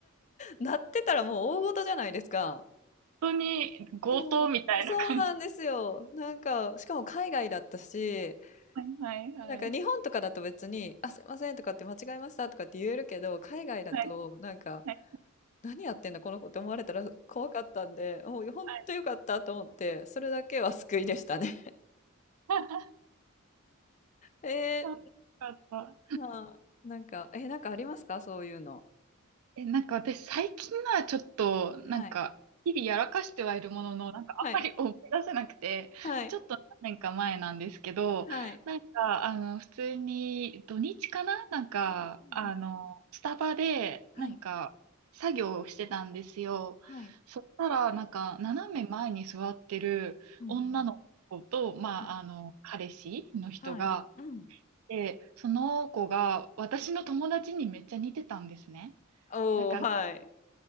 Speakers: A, on the left; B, on the right.
A: 鳴ってたらもう大事じゃないですか。
B: 本当に強盗みたいな感じ。
A: そう、そうなんですよ。なんか、しかも海外だったし、
B: はいはいはい。
A: なんか日本とかだと別に、あ、すいませんとかって間違えましたとかって言えるけど、海外だとなんか、
B: はいはい。
A: 何やってんだこの子って思われたら怖かったんで、もう本当よかったと思って、
B: はい。
A: それだけは救いでしたね。
B: <laughs>
A: <laughs> えー、
B: あよかった。
A: な、なんか、え、なんかありますかそういうの。
B: え、なんか私最近のはちょっと、なんか、
A: はい。
B: 日々やらかしてはいるものの、なんかあんまり思い出せなくて、
A: はい。はい、
B: ちょっと何年か前なんですけど、
A: はい。
B: なんか、あの、普通に土日かななんか、
A: はい、うんうん、
B: あの、スタバで、
A: はい、
B: なんか、作業をしてたんですよ。
A: はい、
B: そしたら、なんか、斜め前に座ってる女の子と、
A: うんうん、
B: まあ、
A: はい、
B: あの、彼氏の人が、
A: はい、うん。
B: で、その子が私の友達にめっちゃ似てたんですね。
A: おお、
B: だから
A: はい。